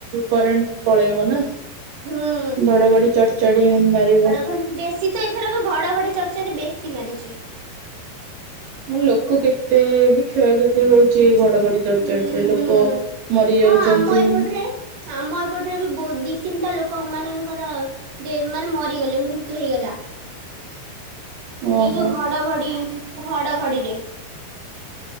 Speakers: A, on the right; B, on the right.
A: କରେଣ୍ଟ ପଳେଇବ ନା।
B: ହୁଁ।
A: ଘଡଘଡି, ଚଡ ଚଡ଼ି ମାରିବ।
B: ଘ ବେଶ। ଶୀତ ଏଥରକ ଘଡ଼ଘଡ଼ି, ଚଡ଼ ଚଡି ବେଶୀ ମାରିଛି।
A: ମୁଁ ଲୋକ କେତେ ବି କ୍ଷୟ, କ୍ଷତି ହଉଛି ଏ ଘଡଘଡି। ଚଡ଼
B: ହୁଁ
A: ଚଡ଼ି ରେ ଲୋକ
B: ହୁଁ।
A: ମରି
B: ହଁ
A: ଯାଉଛନ୍ତି।
B: ଆମ ଏପଟରେ ଆମ ଏପଟରେ ବି ବହୁ ଦି, ତିନିଟା ଲୋକମାନଙ୍କର। ମାନେ ମରିଗଲେ ମୃତ୍ୟୁ ହେଇଗଲା।
A: <unintelligible> ଓହୋ
B: ଏଇ ଯୋଉ ଘଡଘଡି, ଘଡଘଡିରେ।